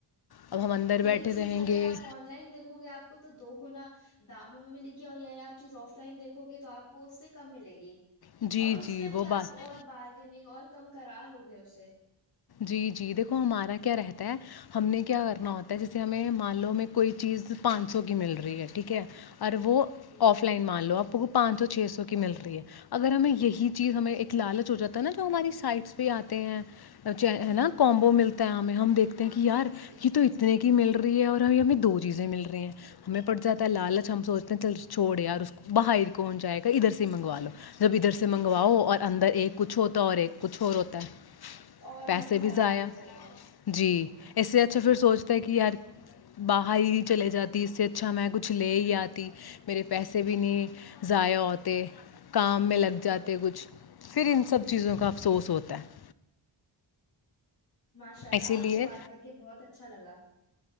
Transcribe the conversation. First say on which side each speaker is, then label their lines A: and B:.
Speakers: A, on the left; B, on the left.
A: اب ہم اندر
B: یہی
A: بیٹھے
B: چیز
A: رہیں
B: اگر
A: گے
B: آپ آن لائن دیکھو گے آپ کو تو دو گنا داموں میں ملے گی اور یا آپ چیز آف لائن دیکھو گے تو آپ کو اس سے کم ملے گی
A: جی
B: اور اس
A: جی
B: میں
A: وہ
B: بھی
A: بات
B: آپ اور بارگیننگ اور کم کرا لوگے اسے
A: جی جی دیکھو ہمارا کیا رہتا ہے ہم نے کیا کرنا ہوتا ہے جیسے ہمیں مان لو میں کوئی چیز پانچ سو کی مل رہی ہے ٹھیک ہے اور وہ
B: جی
A: آف لائن مان لو آپ آ کو پانچ سو چھ سو کی مل رہی ہے اگر ہمیں یہی
B: جی
A: چیز ہمیں ایک لالچ ہو جاتا ہے نا جو ہماری سائٹس پہ آتے ہیں ہے نا کومبو ملتا ہے ہمیں ہم دیکھتے ہیں کہ یار
B: جی جی
A: یہ تو اتنے کے مل رہی ہے اور ہم ہمیں دو چیزیں مل رہی ہیں ہمیں پڑ جاتا ہے لالچ
B: جی
A: ہم سوچ چل چھوڑے یار باہر کون جائے گا ادھر سے ہی منگوا لو جب ادھر سے منگواؤ
B: جی
A: اور اندر ایک کچھ ہوتا اور ایک کچھ اور ہوتا ہے
B: اور
A: پیسے
B: من خراب
A: بھی ضائع۔
B: ہو جاتا ہے
A: جی، اس سے اچھا پھر سوچتا ہے کہ یار باہر ہی نہیں چلے جاتی اس سے اچھا میں کچھ لے ہی آتی میرے پیسے بھی نہیں ضائع ہوتے کام میں لگ جاتے کچھ <unintelligible> پھر ان سب
B: جی
A: چیزوں
B: جی
A: کا افسوس ہوتا ہے <unintelligible>
B: ماشاء اللہ
A: اسی
B: آپ سے
A: لیے
B: بات کر کے بہت اچھا لگا <unintelligible>